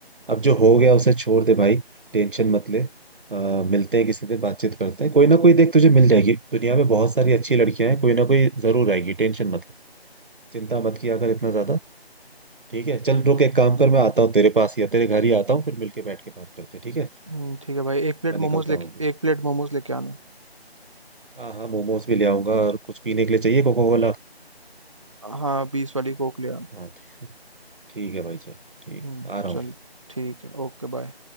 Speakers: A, on the right; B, on the right.
A: अब जो हो गया उसे छोड़ दे भाई टेंशन मत ले आ, मिलते हैं किसी दिन बातचीत करते हैं कोई ना कोई देख तुझे मिल जाएगी दुनिया में बहुत सारी अच्छी लड़कियां हैं कोई ना कोई जरूर आएगी टेंशन मत ले चिंता मत किया कर इतना ज्यादा ठीक है चल रुक एक काम
B: हम्म,
A: कर मैं आता हूँ तेरे पास या तेरे घर ही आता हूँ फिर मिलके बैठ के बात करते हैं ठीक है
B: हम्म, ठीक है भाई एक प्लेट
A: मैं निकलता
B: मोमोज लेके
A: हूँ अभी
B: एक प्लेट मोमोज लेके आना
A: हाँ हाँ मोमोज भी ले आऊंगा और कुछ पीने के लिए चाहिए कोको कोला
B: हाँ बीस वाली कोक ले आ
A: हाँ ठीक है भाई चल ठीक
B: हम्म,
A: आ रहा
B: चल
A: हूँ
B: ठीक है ओके बाय